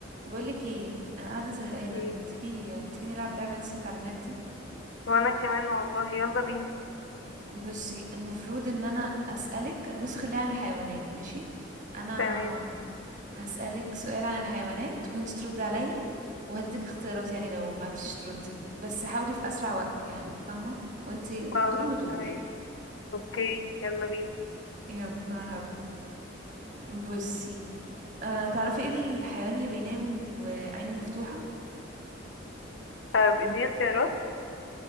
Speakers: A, on the right; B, on the left.
A: بقولك ايه انا قاعده زهقانه
B: مم.
A: تيجي تيجي نلعب لعبه لسه متعلماها جديد
B: وأنا كمان والله يلا بينا
A: بصي المفروض ان انا اسالك بص خليها عن الحيوانات ماشي انا
B: تمام
A: هسالك سؤال عن الحيوانات وانت تردي عليا وهديك اختيارات يعني لو ما عرفتيش تردي بس حاولي في اسرع وقت يعني فاهمه وانت
B: خلاص
A: دور ودور
B: تمام أوكي يلا بينا
A: يلا انا هبدا بصي أه تعرفي ايه الحيوان اللي بينام وعينه مفتوحه
B: طب اديني اختيارات